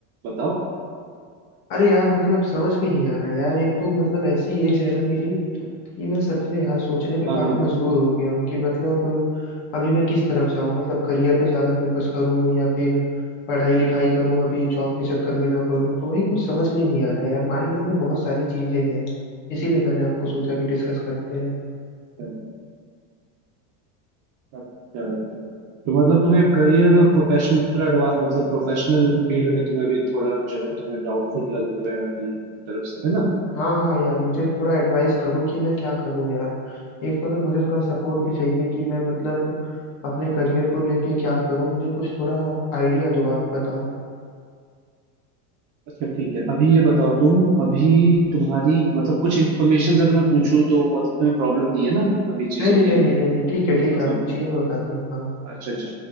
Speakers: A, on the right; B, on the left.
A: बताओ
B: अरे यार मतलब समझ में नहीं आ रहा यार एक तो मतलब ऐसी एज है ना मेरी कि मैं सच में यार सोचने पे
A: हाँ
B: काफी
A: हाँ
B: मजबूर हो गया हूँ कि मतलब अभी मैं किस तरफ जाऊँ मतलब करियर पे ज्यादा फोकस करूँ या फिर पढ़ाई लिखाई करूँ अभी जॉब के चक्कर में ना पड़ूँ तो वही कुछ समझ में नहीं आ रहा यार माइंड में ना बहुत सारी चीजें हैं इसीलिए मैंने आपको सोचा कि डिस्कस करते हैं
A: अच्छा अच्छा अच्छा तो मतलब तुम्हें करियर और प्रोफेशनल एडवांस मतलब प्रोफेशनल फील्ड में तुम्हें अभी थोड़ा जो है तुम्हें डाउटफुल लग रहा है अपनी तरफ से है ना
B: हाँ हाँ यार मुझे थोड़ा एडवाइस करो कि मैं क्या करूँ यार एक तो ना मुझे थोड़ा सपोर्ट भी चाहिए कि मैं मतलब अपने करियर को लेके क्या करूँ मुझे कुछ थोड़ा आइडिया दो आप बताओ
A: अच्छा ठीक है अभी ये बताओ तुम अभी तुम्हारी मतलब कुछ इन्फॉर्मेशन अगर मैं पूछूं तो मतलब तुम्हें प्रॉब्लम नहीं है ना अभी चीजों
B: नहीं नहीं नहीं
A: के लिए
B: नहीं नहीं नहीं, ठीक है ठीक
A: मतलब
B: है आप पूछिए मैं बताता हूँ हाँ
A: अच्छा अच्छा